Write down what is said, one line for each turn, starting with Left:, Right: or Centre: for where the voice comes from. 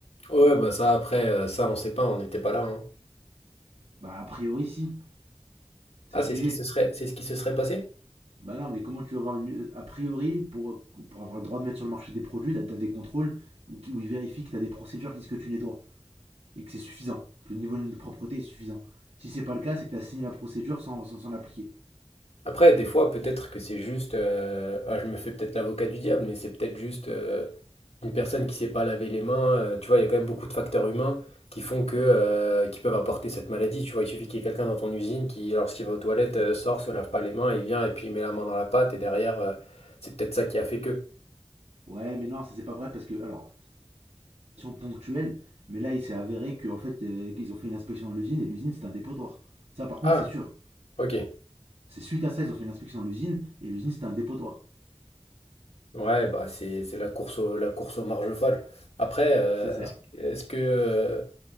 Left: Ouais, bah ça, après, euh, ça, on sait pas, on n'était pas là. hein.
Right: Bah a priori, si, c'est
Left: Ah,
Right: obligé.
Left: c'est ce qui se serait, c'est ce qui se serait passé?
Right: Bah non, mais comment tu vas avoir une... A priori, pour, pour avoir le droit de mettre sur le marché des produits, t'as t'as des contrôles où, qui- où ils vérifient que t'as des procédures qui disent que tu nettoies et que c'est suffisant, que le niveau de propreté est suffisant. Si c'est pas le cas, c'est que t'as signé la procédure sans sans s'en appliquer.
Left: Après, des fois, peut-être que c'est juste. euh, ah, je me fais peut-être l'avocat du diable, mais c'est peut-être juste. euh, une personne qui sait pas laver les mains, euh, tu vois, il y a quand même beaucoup de facteurs humains qui font que, euh, qui peuvent apporter cette maladie. Tu vois, il suffit qu'il y ait quelqu'un dans ton usine qui, lorsqu'il va aux toilettes, euh, sort, se lave pas les mains, il vient et puis il met la main dans la pâte et derrière, euh, c'est peut-être ça qui a fait que.
Right: Ouais, mais non, ça c'est pas vrai parce que, alors, question ponctuelle, mais là il s'est avéré qu'en fait, euh, qu'ils ont fait une inspection dans l'usine et l'usine c'est un dépotoir. Ça par contre,
Left: Ah,
Right: c'est sûr.
Left: ok.
Right: C'est suite à ça, ils ont fait une inspection dans l'usine et l'usine c'était un dépotoir.
Left: Ouais, bah c'est c'est la course au, la course aux marges folles. Après, euh,
Right: C'est ça.
Left: est-ce, est-ce que, euh,